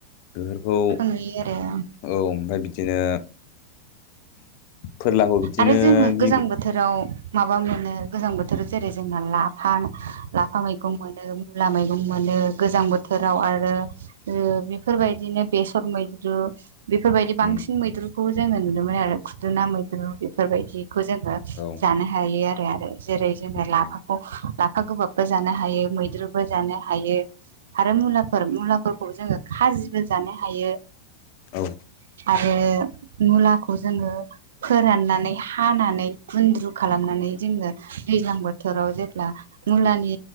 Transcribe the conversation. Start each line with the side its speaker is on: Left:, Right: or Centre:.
Left: बेफोरखौ
Right: नुयो आरो
Left: औ ओमफ्राय बिदिनो फोरलाखौ बिदिनो
Right: आरो जोङो
Left: गिबि
Right: गोजां बोथोराव माबा मोनो गोजां बोथोराव जेरै जोंना लाफा लाफा मैगं मोनो मला मैगं मोनो गोजां बोथोराव आरो बेफोरबायदिनो बेसर मैद्रु बेफोरबायदि बांसिन
Left: उम
Right: मैद्रुखौबो जोङो नुनो मोनो आरो खुदुना मैद्रु फोरबायदिखौ जोङो
Left: औ
Right: जानो हायो आरो आरो जेरै जोङो
Left: उम
Right: लाफाखौ लाफा गोबाबबो जानो हायो मैद्रुबो जानो हायो। आरो मुलाफोर मुलाफोरखौ जोङो खाजिबो जानो हायो।
Left: औ
Right: बे मुलाखौ जोङो फोराननानै हानानै गुन्द्रु खालामनानै जोङो दैज्लां बोथोराव जेब्ला मुलानि